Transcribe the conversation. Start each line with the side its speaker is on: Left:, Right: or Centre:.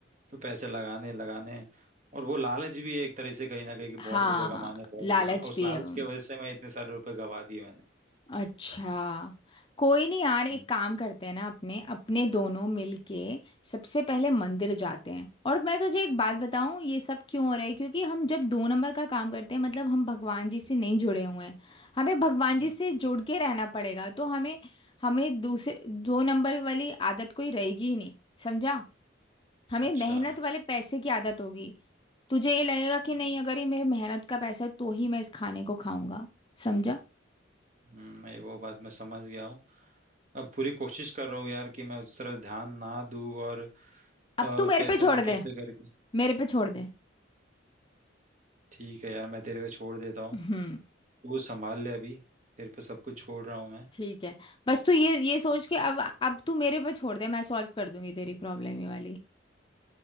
Right: तो पैसे लगाने लगाने हैं और वो लालच भी है एक तरह से कहीं ना कहीं कि बहुत
Left: हाँ
Right: रुपए कमाने हैं, बहुत
Left: लालच
Right: रुपए कमाने हैं। उस
Left: भी
Right: लालच
Left: है वो
Right: की वजह से मैं इतने सारे रुपए गवा दिए मैंने
Left: अच्छा कोई नहीं यार एक
Right: हम्म,
Left: काम करते हैं ना अपने अपने दोनों मिलके सबसे पहले मंदिर जाते हैं और मैं तुझे एक बात बताऊं ये सब क्यों हो रहा है क्योंकि हम जब दो नंबर का काम करते हैं मतलब हम भगवान जी से नहीं जुड़े हुए हैं हमें भगवान
Right: हम्म,
Left: जी से जुड़ के रहना पड़ेगा तो हमें हमें दूसरे दो नंबर वाली आदत कोई रहेगी ही नहीं समझा हमें
Right: अच्छा
Left: मेहनत वाले पैसे की आदत होगी तुझे ये लगेगा कि
Right: हम्म।
Left: नहीं अगर ये मेरे मेहनत का पैसा है तो ही मैं इस खाने को खाऊंगा समझा
Right: हम्म, मैं वो बात मैं समझ गया हूँ अब पूरी कोशिश कर रहा हूँ यार कि मैं उस तरह ध्यान ना दूँ और अ,
Left: अब तू मेरे
Right: कैसे
Left: पे छोड़
Right: ना
Left: दे
Right: कैसे करके
Left: मेरे पे छोड़ दे
Right: ठीक है यार मैं तेरे पे छोड़ देता हूँ
Left: हम्म
Right: तू संभाल ले अभी तेरे पे सब कुछ छोड़ रहा हूँ मैं
Left: ठीक है बस तू ये ये सोच के अब अब तू मेरे पे छोड़ दे मैं सॉल्व कर दूंगी तेरी प्रॉब्लम ये वाली